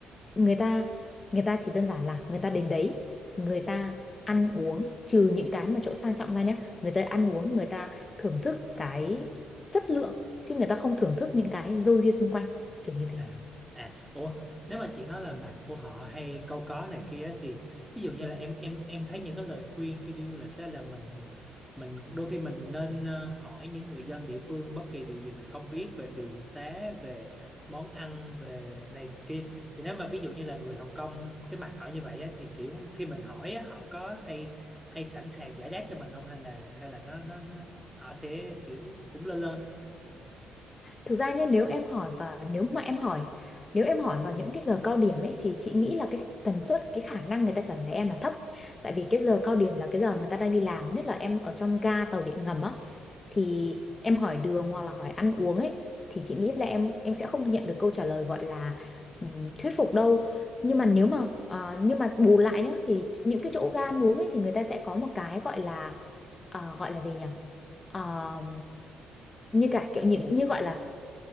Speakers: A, on the left; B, in the centre.
A: người ta người ta chỉ đơn giản là người ta đến đấy người ta ăn uống trừ những cái mà chỗ sang trọng ra nhé người ta ăn uống người ta thưởng thức cái chất lượng chứ người ta không thưởng thức những cái râu ria xung quanh kiểu như thế
B: à à ủa nếu mà chị nói là mặt của họ hay câu có này kia á, thì ví dụ như là em em em thấy những cái lời khuyên khi đi du lịch đó là mình mình đôi khi mình nên ờ, hỏi những người dân địa phương bất kỳ điều gì mình không biết về đường xá về món ăn về này kia thì nếu mà ví dụ như là người Hồng Kông cái mặt họ như vậy á, thì kiểu khi mình hỏi á, họ có hay hay sẵn sàng giải đáp cho mình không hay là hay là nó nó, nó họ sẽ kiểu cũng lơ lơ
A: thực ra nhé nếu em hỏi và nếu mà em hỏi nếu em hỏi vào những cái giờ cao điểm ấy thì chị nghĩ là cái tần suất cái khả năng người ta trả lời em là thấp tại vì cái giờ cao điểm là cái giờ người ta đang đi làm nhất là em ở trong ga tàu điện ngầm á thì em hỏi đường hoặc là hỏi ăn uống ấy thì chị nghĩ là em em sẽ không nhận được câu trả lời gọi là ừm, thuyết phục đâu nhưng mà nếu mà ờ, nhưng mà bù lại nhá thì những cái chỗ ga ăn uống ấy thì người ta sẽ có một cái gọi là ờ, gọi là gì nhỉ Ờ, như cả kiểu những như gọi là s-